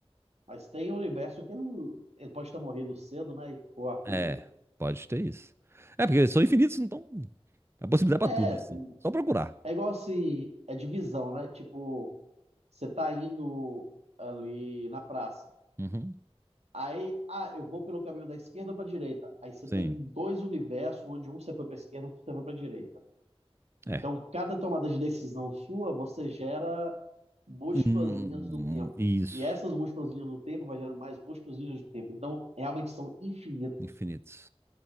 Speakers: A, on the right; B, on the right.
A: Mas tem um universo que ele, ele pode ter morrido cedo, né? E- Ou a filha.
B: É, é, pode ter isso. É, porque eles são infinitos, então, a possibilidade pra
A: É,
B: tudo, assim.
A: tem-
B: Só procurar.
A: é igual assim, é divisão, né? Tipo, você tá indo ali na praça.
B: Uhum,
A: Aí, ah, eu vou pelo caminho da esquerda ou pra direita. Aí você
B: sim,
A: tem dois universos, onde um você foi pra esquerda, um você foi pra direita.
B: é.
A: Então, cada tomada de decisão sua, você gera múltiplas
B: Hum, hum,
A: linhas do tempo.
B: hum, isso,
A: E essas múltiplas linhas do tempo vai gerando mais múltiplas linhas do tempo. Então, realmente são infinitos.
B: infinitos.